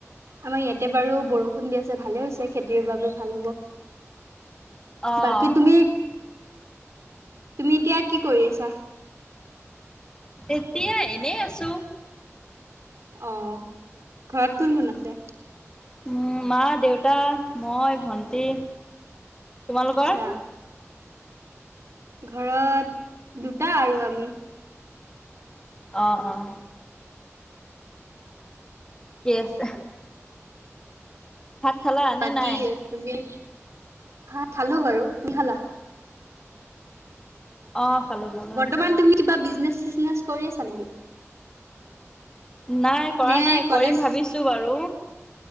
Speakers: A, on the right; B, on the left.
A: আমাৰ ইয়াতে বাৰু বৰষুণ দি আছে ভালে হৈছে, খেতিৰ বাবে ভাল হ'ব
B: অ',
A: বাকী তুমি, তুমি এতিয়া কি কৰি আছা?
B: এতিয়া এনেই আছো
A: অ', ঘৰত কোন কোন আছে
B: উম, মা, দেউতা, মই, ভন্টি তোমালোকৰ?
A: আচ্ছা, ঘৰত দুটা, আৰু আমি
B: অ', ঠিকে আছে ভাত খালা? নে
A: বাকী
B: নাই?
A: তুমি ভ খালো বাৰু। তুমি খালা?
B: অ', খালো। খালো।
A: বৰ্তমান তুমি কিবা বিজনেচ চিজনেচ কৰি আছা নেকি?
B: নাই কৰা
A: নে
B: নাই,
A: কলেজ
B: কৰিম ভাবিছো বাৰু